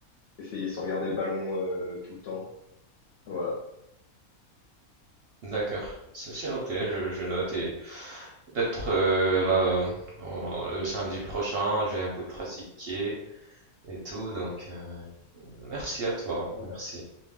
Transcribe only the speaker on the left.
essayer sans regarder le ballon euh, tout le temps. Voilà.
Voilà.